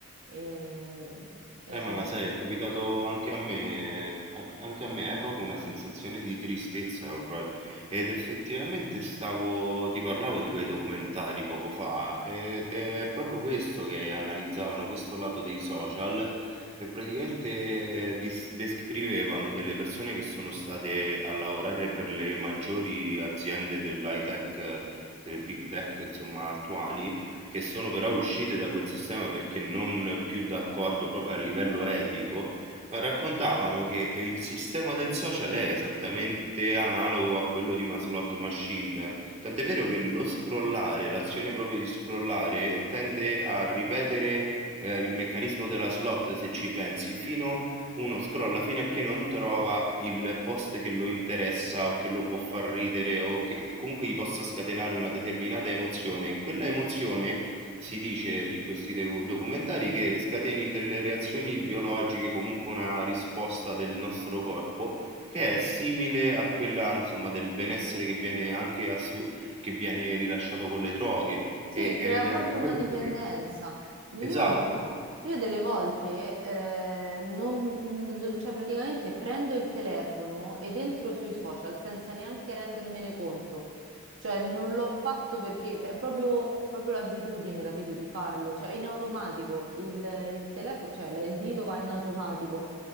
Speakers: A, on the right; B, on the right.
A: ehm, E,
B: Eh,
A: è,
B: ma sai, è capitato anche a me, a- anche a me, è proprio una sensazione di tristezza, proprio. Ed effettivamente stavo, ti parlavo di quei documentari poco fa, ed è proprio questo che analizzavano, questo lato dei social, che praticamente eh, dis- descrivevano delle persone che sono state a lavorare per le maggiori aziende dell'high tech, eh, delle big tech, insomma, attuali che sono però uscite da quel sistema perché non più d'accordo proprio a livello etico, ma raccontavano che eh, il sistema del social è esattamente analogo a quello di una slot machine. Tant'è vero che lo scrollare, l'azione proprio di scrollare, tende a ripetere eh, il meccanismo della slot, se ci pensi, fino uno scrolla fino a che non trova il post che lo interessa o che lo può far ridere o che che comunque gli possa scatenare una determinata emozione. Quella emozione si dice in questi docu- documentari che scateni delle reazioni biologiche, comunque una risposta del nostro corpo che è simile a quella, insomma, del benessere che viene anche assu- che viene rilasciato con le droghe
A: Sì,
B: e-
A: crea
B: ed
A: proprio
B: è per
A: una
B: quello
A: dipendenza.
B: che
A: Io,
B: Esatto.
A: io delle volte, eh, non- l- cioè praticamente prendo il telefono ed entro sui social senza neanche rendermene conto. Cioè non l'ho fatto perché è proprio, proprio l'abitudine, capito, di farlo. Cioè in automatico, il, il telefono, cioè la- il dito va in automatico.